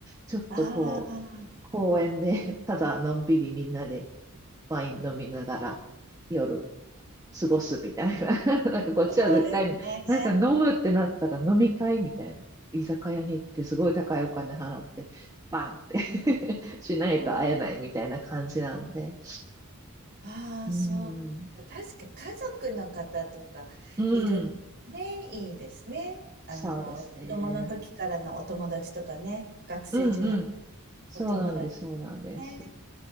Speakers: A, on the right; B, on the right.
A: ちょっとこう、
B: ああ、
A: 公園でただのんびりみんなで飲みながら、夜過ごすみたいな。<laughs> なんかこっちは絶対なんか飲むってなったら飲み会みたいな。
B: そうですね。
A: 居酒屋に行ってすごい高いお金払って、バンって <laughs> しないと会えないみたいな感じなんで。
B: うん。ああ、
A: うん。
B: そうか。確かに家族の方とかいるね、
A: うん。
B: いいですね。あの、
A: そうですね。
B: 子供の時からのお友達とかね、学生時代、
A: うんうん。そうなんです、
B: お友達
A: そうなんです。
B: ね。